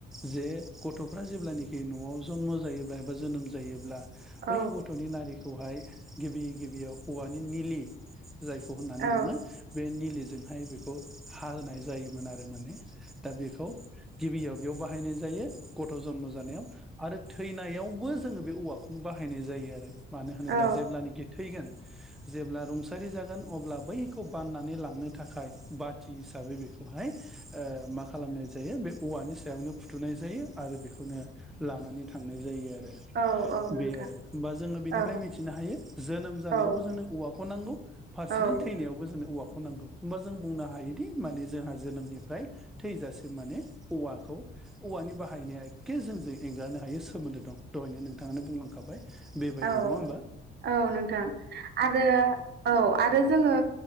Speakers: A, in the centre; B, on the right (about 55°).
A: जे गथ'फ्रा जेब्लानाखि न'आव जन्म जायोब्ला एबा जोनोम जायोब्ला बै
B: औ
A: गथ'नि नारिखौहाय गिबि गिबियाव औवानि निलि जायखौ होननानै
B: औ
A: बुङो बे निलिजोंहाय बेखौ हाहोनाय जायोमोन आरो माने। दा बेखौ गिबियाव बेयाव बाहायनाय जायो गथ' जन्म जानायाव आरो थैनायावबो जोङो बे औवाखौनो बाहायनाय जायो आरो मानो होनोब्ला
B: औ
A: जेब्लानोाखि थैगोन जेब्ला रुंसारि जागोन अब्ला बैखौ बाननानै लांनो थाखाय बाथि हिसाबै बेखौहाय ओ मा खालामनाय जायो बे औवानि सायावनो फुथुनाय जायो आरो बेखौनो लानानै थांनाय जायो आरो
B: औ औ नोंथां
A: बे आरो होमबा जोङो बेनिफ्राय
B: औ
A: मिथिनो हायो जोनोम जानायावबो
B: औ
A: जोंनो औवाखौ नांगौ फारसेथिं
B: औ
A: थैनायावबो जोंनो औवाखौ नांगौ होमबा जों बुंनो हायोदि माने जोंहा जोनोमनिफ्राय थैजासिम माने औवाखौ औवानि बाहायनाया एखे जोंजों एंगारनो हायो सोमोन्दो दं। दहायनो नोंथाङानो बुंलांखाबाय। बेबायदि
B: औ
A: नङा होमबा।
B: औ नोंथां आरो औ आरो जोङो